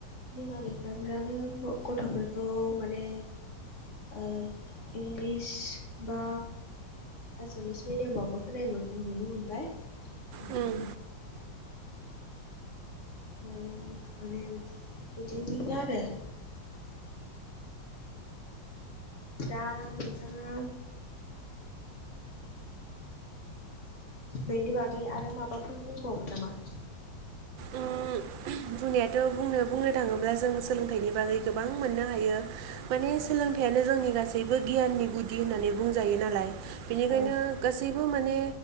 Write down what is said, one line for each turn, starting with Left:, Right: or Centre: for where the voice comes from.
Left: बिमा बिफाफ्रानो गथ'फोरखौ माने ओ इंलिस बा आसामिस मिडियामावबो होनाय नुनो मोनबाय ओमफ्राय
Right: ओम
Left: ओमफ्राय माने बिदिनो आरो दा नोंथाङा बेनि बागै आरो माबाफोर बुंबावगोन नामा
Right: ओम बुंनायाथ' बुंनो बुंनो थाङोब्ला जों सोलोंथाइनि बागै गोबां मोननो हायो माने सोलोंथाइआनो जोंनि गासैबो गियाननि गुदि होननानै बुंजायो नालाय। बिनिखायनो
Left: औ
Right: गासैबो माने